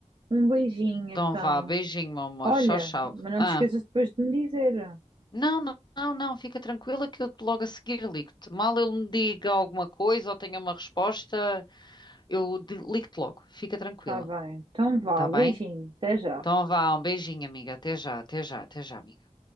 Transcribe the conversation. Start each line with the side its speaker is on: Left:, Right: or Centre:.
Right: Um beijinho, então.
Left: Então vá, beijinho, meu amor.
Right: Olha,
Left: Tchau, tchau.
Right: mas não
Left: Ah,
Right: te esqueças depois de me dizer.
Left: não, não, não, não, fica tranquila que eu logo a seguir ligo-te. Mal ele me diga alguma coisa ou tenha uma resposta, eu de- ligo-te logo. Fica tranquila,
Right: Tá bem. Então vá,
Left: tá
Right: beijinho.
Left: bem?
Right: Até já.
Left: Então vá, um beijinho, amiga. Até já, até já, até já, amiga.